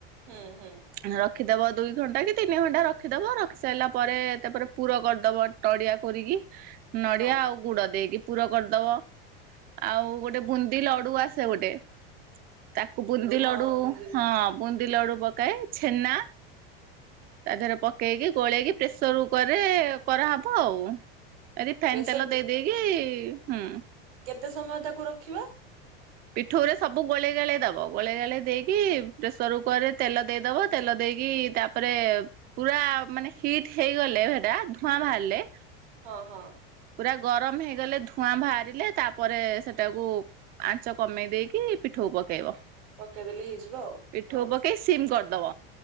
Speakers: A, on the right; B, on the right.
A: ହୁଁ ହୁଁ।
B: ରଖିଦବ ଦୁଇ ଘଣ୍ଟା କି ତିନି ଘଣ୍ଟା ରଖିଦବ, ରଖି ସାଇଲା ପରେ ତାପରେ ପୁର କରିଦବ ତଡିଆ କରିକି ନଡିଆ
A: ହଁ
B: ଆଉ ଗୁଡ ଦେଇକି। ପୁର କରିଦବ ଆଉ ଗୋଟେ ବୁନ୍ଦି ଲଡୁ ଆସେ ଗୋଟେ ତାକୁ ବୁନ୍ଦି
A: ହଁ
B: ଲଡୁ
A: ବୁନ୍ଦି ଲଡୁ
B: ହଁ ବୁନ୍ଦି ଲଡୁ ପକାଏ ଛେନା ତା ଦେହରେ ପକେଇକି ଗୋଳେଇକି ପ୍ରେସର ଉଁ ପରେ କରାହେବ ଆଉ ଏ ରିଫାଇନ୍
A: ପ୍ରେସର
B: ତେଲ ଦେଇ ଦେଇକି ହୁଁ
A: କେତେ ସମୟ ତାକୁ ରଖିବା?
B: ପିଠଉରେ ସବୁ ଗୋଳେଇ ଗାଳେଇ ଦେବ ଗୋଳେଇ ଗାଳି ଦେଇକି ପ୍ରେସର କୁକରରେ ତେଲ ଦେଇଦବ ତେଲ ଦେଇକି ତା ପରେ ପୁରା ମାନେ ହିଟ୍ ହେଇଗଲେ ସେଇଟା ଧୂଆଁ ବାହାରିଲେ
A: ହଁ ହଁ।
B: ପୁରା ଗରମ ହେଇଗଲେ ଧୂଆଁ ବାହାରିଲେ ତାପରେ ସେଟାକୁ ଚ କମେଇ ଦେଇକି ପିଠଉ ପକେଇବ।
A: ପକେଇଦେଲେ ହେଇଯିବ ଆଉ।
B: ପିଠଉ
A: ହଁ
B: ପକେଇ ସିମ୍ କରିଦବ